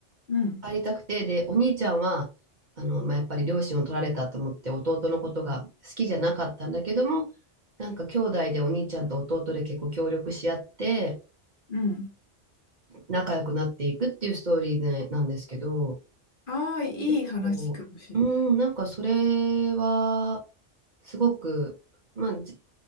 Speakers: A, on the left; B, on the right.
A: うん、
B: 帰りたくて、で、お兄ちゃんは、あの、まあ、やっぱり両親を取られたと思って弟のことが好きじゃなかったんだけども、なんか兄弟でお兄ちゃんと弟で結構協力し合って
A: うん。
B: 仲良くなっていくっていうストーリーでなんですけど、
A: ああ、いい話かもしれない。
B: 結構、うん、なんかそれは、すごく、まあ、じ